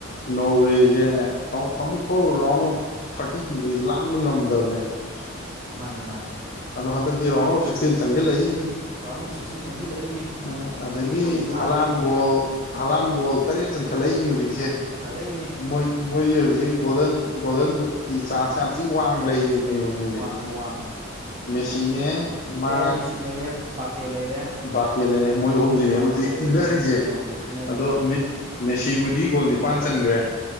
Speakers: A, on the left; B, on the right.
A: ꯅꯣꯔꯋꯦꯁꯦ ꯑꯃꯨꯛ ꯐꯥꯎ ꯔꯥꯎꯟ ꯑꯣꯐ ꯊꯥꯔꯇꯤ ꯇꯨꯁꯦ ꯂꯥꯡꯕ ꯉꯝꯗꯕꯅꯦꯕ ꯃꯣꯏꯁꯦ
B: ꯃꯥꯅꯦ ꯃꯥꯅꯦ
A: ꯑꯗꯣ ꯍꯟꯗꯛꯇꯤ ꯔꯥꯎꯟ ꯑꯣꯐ ꯁꯤꯛꯁꯇꯤꯟ ꯆꯪꯁꯤꯜꯂꯛꯏꯅꯤ
B: ꯔꯥꯎꯟ ꯑꯣꯐ ꯁꯤꯛꯁꯇꯤꯟ ꯆꯪꯁꯤꯜꯂꯛꯏꯃꯤ
A: ꯎꯝ ꯑꯗꯒꯤ
B: ꯍꯧꯖꯤꯛ ꯃꯥꯁꯤ
A: ꯍꯂꯥꯜ ꯕꯣꯜ ꯍꯂꯝꯕꯣꯜ ꯇꯔꯦꯠ ꯆꯟꯈꯠꯂꯛꯏꯅꯤ ꯍꯧꯖꯤꯛꯁꯦ
B: ꯆꯟꯈꯠꯂꯛꯏꯃꯤ
A: ꯃꯣꯏ ꯃꯣꯏꯁꯦ ꯍꯧꯖꯤꯛ ꯒꯣꯜꯗꯟ ꯒꯣꯜꯗꯟ ꯕꯨꯠꯀꯤ ꯆꯥꯔꯖ ꯌꯥꯝ ꯊꯤꯛ ꯋꯥꯡ ꯂꯩꯔꯤꯕꯅꯦꯕ ꯃꯣꯏꯁꯦ
B: ꯃꯦ ꯋꯥꯡ
A: ꯃꯦꯁꯤꯅꯦ ꯃꯥ
B: ꯃꯤꯁꯤ ꯂꯩꯔꯦ ꯕꯥꯄꯦ ꯂꯩꯔꯦ
A: ꯕꯥꯄꯦꯜ ꯂꯩꯔꯦ ꯃꯣꯏ ꯍꯍꯨꯝꯁꯤꯅꯦ
B: ꯑꯥ
A: ꯍꯧꯖꯤꯛ
B: ꯕꯥꯄꯦ ꯂꯩ
A: ꯏꯟꯅꯔꯤꯁꯦ
B: ꯃꯣꯏ ꯑꯍꯨꯝꯁꯤꯅꯦ ꯍꯧꯖꯤꯛ ꯏꯟꯅꯔꯤꯁꯦ
A: ꯑꯗꯣ ꯃꯦꯁꯤꯕꯨꯗꯤ ꯒꯣꯜ ꯅꯤꯄꯥꯟ ꯆꯟꯈ꯭ꯔꯦ